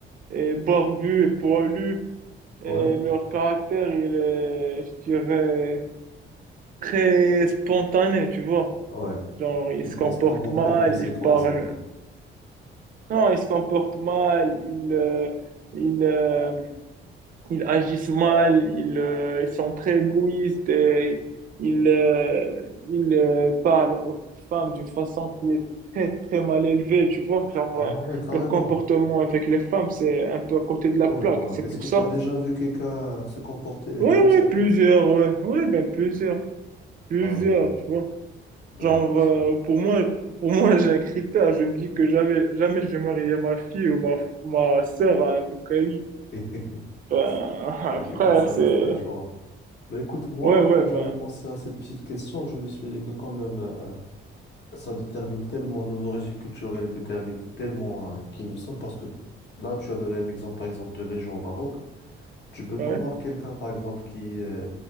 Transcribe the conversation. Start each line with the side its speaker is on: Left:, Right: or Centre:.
Right: et barbus et poilus,
Left: Ouais,
Right: et leur caractère, il est, je dirais, très spontané, tu vois.
Left: ouais.
Right: Genre, il
Left: Ils
Right: se
Left: pensent
Right: comporte
Left: pas beaucoup
Right: mal,
Left: aux conséquences
Right: il parle.
Left: et tout.
Right: Non, il se comporte mal, il, euh, il, euh, il agissent mal, ils, euh, ils sont très égoïstes, et ils, euh, ils euh, parlent aux femmes d'une façon qui est très, très mal élevée, tu vois. Genre,
Left: Ah
Right: euh,
Left: ouais, carrément.
Right: leur comportement avec les femmes, c'est un peu à côté de la
Left: Oh
Right: plaque.
Left: là là.
Right: C'est
Left: Est-ce
Right: pour
Left: que
Right: ça.
Left: tu as déjà vu quelqu'un se comporter euh,
Right: Oui,
Left: comme
Right: oui,
Left: ça?
Right: plusieurs, ouais. Ouais, ben plusieurs, plusieurs,
Left: Aïe, aïe, aïe.
Right: tu vois.
Left: Bah,
Right: Genre,
Left: c'est...
Right: euh, pour moi, pour moi, j'ai un critère. Je me dis que jamais, jamais je vais marier ma fille ou ma, ma sœur à un Bukhari.
Left: <laughs>
Right: Ben, <laughs> un
Left: Bah, écoute,
Right: frère,
Left: ça
Right: c'est...
Left: reste un choix. Bah, écoute, moi,
Right: Ouais, ouais,
Left: quand j'avais
Right: ben,
Left: pensé à cette petite question, je me suis dit que quand même... euh, ça détermine tellement nos origines culturelles et détermine tellement euh, qui nous sommes parce que là, tu as donné un exemple, par exemple, de région au Maroc. Tu peux
Right: ouais,
Left: pas voir quelqu'un, par exemple, qui, euh,